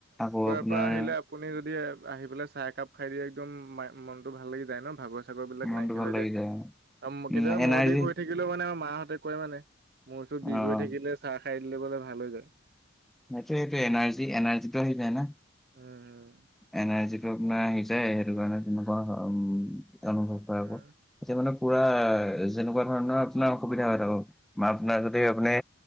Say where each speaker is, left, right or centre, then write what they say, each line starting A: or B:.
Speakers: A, in the centre; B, on the right.
A: আকৌ আপোনাৰ
B: পুৱাই আহিলে আপুনি যদি আহি পেলাই চাহ একাপ খাই দিয়ে একদম মা মনটো ভাল লাগি যায় ন'? ভাগ চাগৰ বিলাক
A: মনটো
B: নাইকিয়া
A: ভাল
B: হৈ
A: লাগি
B: যায়। আম
A: উম
B: কেতিয়াবা
A: এনাৰ্জি
B: মূৰ বিষ হৈ থাকিলেও মানে আমাৰ মাহঁতে কয় মানে, মোৰ -চুৰ বিষ
A: অ'
B: হৈ থাকিলে চাহ খাই দিলেমানে ভাল হৈ যায়।
A: সেইটোৱে, সেইটোৱে নাৰ্জি এনাৰ্জিটো আহি যায় না।
B: উম
A: এনাৰ্জিটো আপোনাৰ আহি যায় সেইটোকাৰণে তেনেকুৱা হ--উম অনুভৱ হয়
B: উম।
A: আক'। এতিয়া মানে পুৰা- তেনেকুৱা ধৰণৰ আপোনাৰ অসুবিধা হয় তাকো বা আপোনাৰ যদি আপুনি